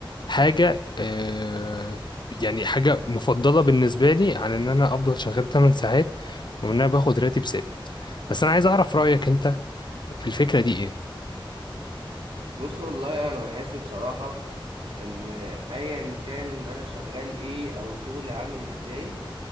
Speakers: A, on the left; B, on the right.
A: حاجة آه، يعني حاجة مفضلة بالنسبة لي عن ان انا افضل شغال 8 ساعات وان انا باخد راتب ثابت بس انا عايز اعرف رأيك انت في الفكرة دي ايه
B: بص والله انا بحس بصراحه ان ايا كان ان انا شغال ايه او شغلي عامل ازاي